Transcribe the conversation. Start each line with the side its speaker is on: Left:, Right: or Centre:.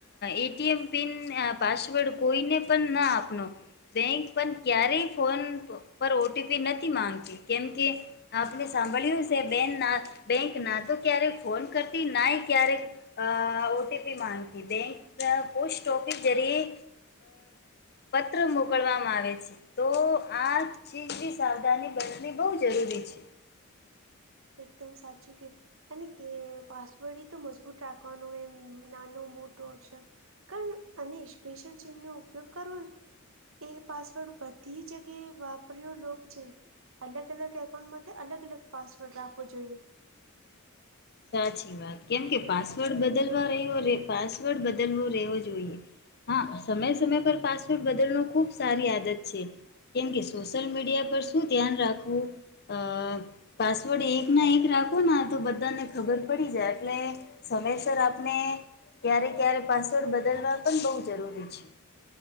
Left: A T M pin password કોઈને પણ ન આપનો. બેંક પણ ક્યારેય ફોન પર ઓટીપી નથી માંગતી કેમ કે આપને સાંભળ્યું છે બેન ના બેંક ના તો ક્યારેક ફોન કરતી ના ક્યારેક અ ઓ ટી પી માંગતી બેંક પોસ્ટ ઓફિસ જરીએ પત્ર મોકલવામાં આવે છે. તો આ ચીજ બી સાવધાની બનતવી બહુ જરૂરી છે.
Right: એકદમ સાચું કીધું. અને કે પાસવોર્ડ એ તો મજબૂત રાખવાનું હોય એમ નાનો મોટો અક્ષર કરને અને સ્પેશિયલ ચીનનો ઉપયોગ કરવો એ પાસવર્ડ બધી જગ્યાએ વાપર્યો લોક છે. અલગ અલગ એકાઉન્ટમાંથી અલગ અલગ પાસવર્ડ રાખવો જોઈએ.
Left: સાચી વાત કેમ કે પાસવર્ડ બદલવાવ <inaudible> પાસવર્ડ બદલવો રહેવો જોઈએ હા સમય સમય પર પાસવોર્ટ બદલ નો ખુબ સારી આદત છે. કેમ કે સોશિયલ મીડિયા પર શું ધ્યાન રાખવું અ પાસવર્ડ એક ના એક રાખો ના તો બધાને ખબર પડી જાય એટલે સમયસર આપણે ક્યારે ક્યારે પાસવર્ડ બદલવા પણ બહુ જરૂરી છે.